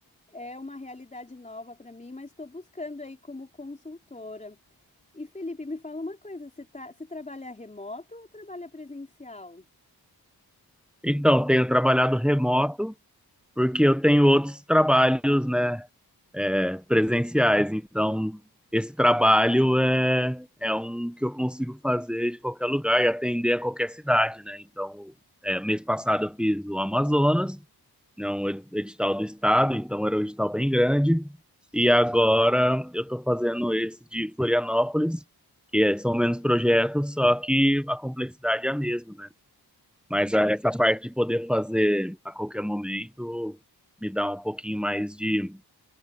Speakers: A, on the left; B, in the centre.
A: é uma realidade nova para mim, mas estou buscando aí como consultora. E Felipe, me fala uma coisa, você tá, você trabalha remoto ou trabalha presencial?
B: Então, tenho trabalhado remoto, porque eu tenho outros trabalhos, né? é, presenciais. Então, esse trabalho é, é um que eu consigo fazer de qualquer lugar e atender a qualquer cidade, né? Então, é, mês passado eu fiz o Amazonas, né, um ed- edital do estado, então era um edital bem grande. E agora eu estou fazendo esse de Florianópolis, que é- são menos projetos, só que a complexidade é a mesma, né? Mas a- essa parte de poder fazer a qualquer momento me dá um pouquinho mais de